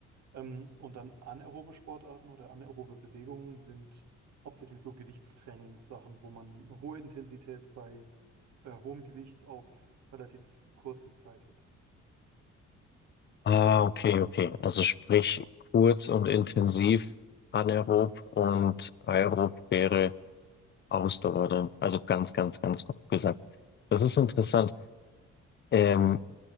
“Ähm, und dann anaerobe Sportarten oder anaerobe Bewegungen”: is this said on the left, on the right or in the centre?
Right